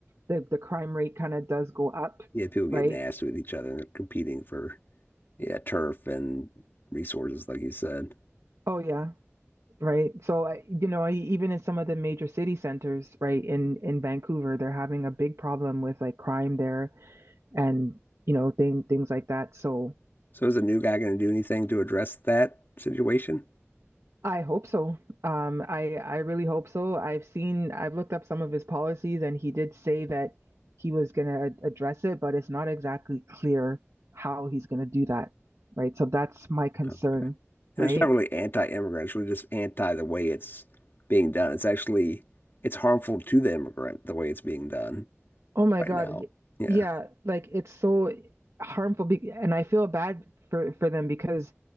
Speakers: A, on the right; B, on the left.
A: the the crime rate kind of does go up,
B: Yeah, people get
A: right?
B: nasty with each other and they're competing for yeah, turf and resources, like you said.
A: Oh yeah, right. So I, you know, I, even in some of the major city centers, right, in in Vancouver, they're having a big problem with like crime there and you know thing things like that. So
B: So is the new guy going to do anything to address that situation?
A: I hope so. Um, I I really hope so. I've seen I've looked up some of his policies and he did say that he was going to address it, but it's not exactly clear how he's going to do that, right? So that's my concern,
B: Okay. And
A: right?
B: it's not really anti-immigrant, it's really just anti the way it's being done. It's actually it's harmful to the immigrant the way it's being done
A: Oh my
B: right
A: God.
B: now.
A: y-
B: Yeah,
A: Yeah, like it's so harmful be and I feel bad for for them because